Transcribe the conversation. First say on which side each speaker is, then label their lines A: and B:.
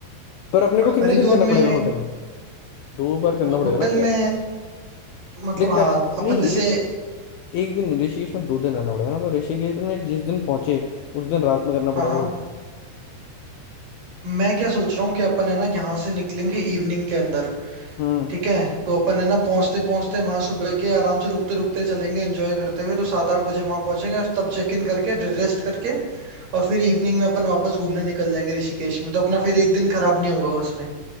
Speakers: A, on the left; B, on the right.
A: पर अपने को कितने
B: हरिद्वार
A: दिन करना पड़ेगा
B: में
A: होटल दो बार करना पड़ेगा
B: होटल
A: ना शायद
B: में मतलब
A: देख
B: हाँ
A: पहले
B: अपन
A: नहीं
B: जैसे
A: ऋषि एक दिन ऋषिकेश में दो दिन रहना पड़ेगा ना तो ऋषिकेश में जिस दिन पहुंचे उस दिन रात में करना पड़ेगा
B: हाँ हाँ
A: होटल
B: मैं क्या सोच रहा हूँ कि अपन है ना यहाँ से निकलेंगे इवनिंग के अंदर
A: हम्म
B: ठीक है तो अपन है ना पहुंचते पहुंचते वहां सुबह के आराम से रुकते रुकते चलेंगे एंजॉय करते हुए तो सात आठ बजे वहां पहुंचेंगे और तब चेक इन करके रेस्ट करके और फिर इवनिंग में अपन वापस घूमने निकल जाएंगे ऋषिकेश में तो अपना फिर एक दिन खराब नहीं होगा उसमें